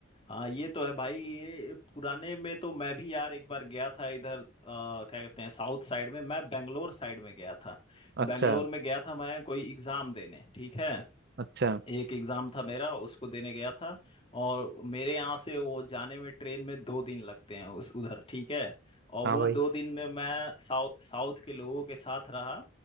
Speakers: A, on the left (about 25°); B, on the right (about 55°).
A: हाँ ये तो है भाई ये पुराने में तो मैं भी यार एक बार गया था इधर अ, क्या कहते हैं साउथ साइड में मैं बेंगलोर साइड में गया था
B: अच्छा
A: बेंगलोर में गया था मैं कोई एग्जाम देने ठीक है
B: अच्छा
A: एक एग्जाम था मेरा उसको देने गया था और मेरे यहाँ से वो जाने में ट्रेन में दो दिन लगते हैं उस उधर ठीक है और
B: हाँ
A: वो
B: भाई
A: दो दिन में मैं साउथ साउथ के लोगों के साथ रहा